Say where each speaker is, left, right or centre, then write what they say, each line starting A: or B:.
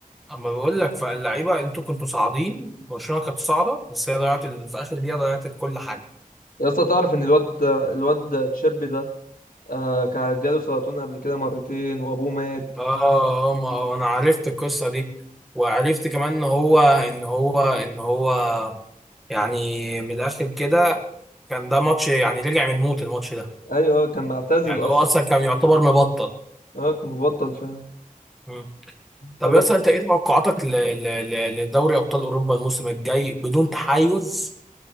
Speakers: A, in the centre; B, on the left.
A: اما بقول لك فاللعيبه انتوا كنتوا صاعدين برشلونه كانت صاعده بس هي ضيعت ال- في اخر دقيقه ضيعت كل حاجه
B: يا اسطى تعرف إن الواد آه، الواد تشيربي ده آه كان جاله سرطان قبل كده مرتين وابوه مات
A: اه ما هو انا عرفت القصه دي وعرفت كمان ان هو ان هو ان هو يعني من الاخر كده كان ده ماتش يعني رجع من الموت الماتش ده
B: ايوه آه، كان معتزل
A: يعني
B: اصلا
A: هو اصلا كان يعتبر مبطل
B: اه كان مبطل فعلا
A: مم. طب
B: طب
A: اصلا انت ايه توقعاتك ل- ل- ل- لدوري ابطال اوروبا الموسم الجاي بدون تحيز